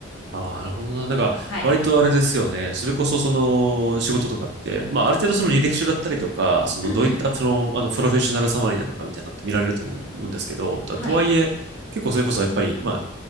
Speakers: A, on the right; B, on the left.
A: ああ、なるほどな。なんか、
B: はい。
A: 割とあれですよね。それこそ、その、仕事とかって、まあ、ある程度その履歴書だったりとか、その、
B: うんうん。
A: どういった、その、あの、プロフェッショナルサマリーなのかみたいなのって見られると思うんですけど、ととはいえ、
B: はい。
A: 結構それこそ、やっぱり、まあ、